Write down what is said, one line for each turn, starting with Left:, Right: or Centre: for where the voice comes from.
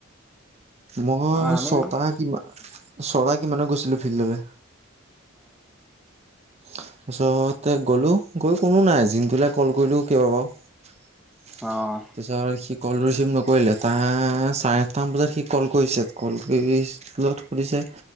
Right: মই
Centre: আমি
Right: ছটা
Centre: অ',
Right: কিমা। <unintelligible> কিমানত গৈছিলো ফিল্ডলৈ তাৰপিছতে গ'লো গৈ কোনো নাই জিনটোলৈ কল কৰিলো কিয় হব।
Centre: অ',
Right: তাৰপাছত সি ক'ল ৰিচিভ নকৰিলে, তাৰ চাৰে আঠটামান বজাত সি ক'ল কৰিছে। ক'ল কৰি সুধিছে।